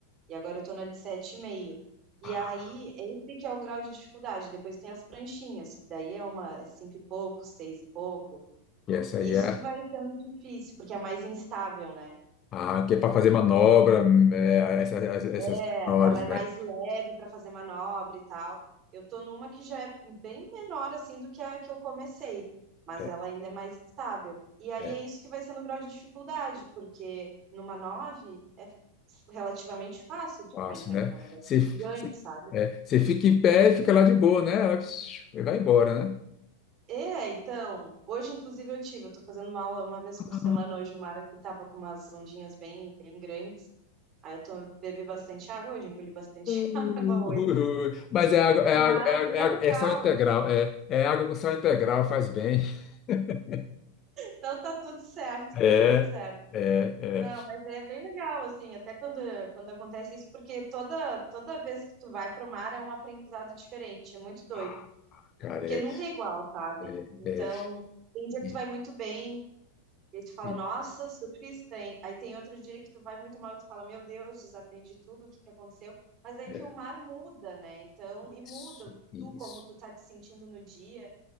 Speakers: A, on the right; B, on the left.
A: e agora eu tô na de 7,5. E meio. E
B: Ah,
A: aí, esse que é o grau de dificuldade. Depois tem as pranchinhas, que daí é uma é cinco e pouco, seis e pouco.
B: e essa
A: E
B: aí
A: isso
B: é,
A: que vai sendo difícil, porque é mais instável, né?
B: ah, que é para fazer manobra, hum, é, essas, essas
A: É,
B: menores,
A: ela é
B: né?
A: mais leve para fazer manobra e tal. Eu tô numa que já é bem menor assim do que a que eu comecei, mas
B: É,
A: ela ainda é mais estável. E aí
B: é.
A: é isso que vai sendo o grau de dificuldade, porque numa 9 é relativamente fácil de
B: Fácil,
A: ficar em pé,
B: né?
A: porque é um negócio
B: Você, você,
A: gigante, sabe?
B: é, você fica em pé e fica lá de boa, né? Ela psiu, e vai embora, né?
A: É, então, hoje inclusive eu tive, eu tô fazendo uma aula uma vez por
B: Uh,
A: semana hoje, o mar aqui tava com umas ondinhas bem, bem grandes. Aí eu tô, bebi bastante água hoje, engoli bastante
B: uh,
A: <laughs> água hoje.
B: uh. <laughs> Mas é água, é água,
A: Mas
B: é água, é
A: é
B: água-
A: legal.
B: é sal integral, é, é água com sal integral, faz bem. <laughs>
A: Então tá tudo certo,
B: É,
A: tá tudo certo.
B: é,
A: Não,
B: é.
A: mas é bem legal, assim, até quando, quando acontece isso, porque toda, toda vez que tu vai pro mar é um aprendizado diferente, é muito doido,
B: Ah, cara,
A: porque
B: é,
A: nunca é igual, sabe?
B: é,
A: Então,
B: é,
A: tem dia que
B: e-
A: tu vai muito bem, e aí tu fala,
B: e-
A: nossa, surfista, hein? Aí tem outro dia que tu vai muito mal e tu fala, meu Deus, desaprendi tudo, o que que aconteceu? Mas é
B: é,
A: que o mar muda, né? Então, e muda
B: isso, isso.
A: tu, como tu tá te sentindo no dia.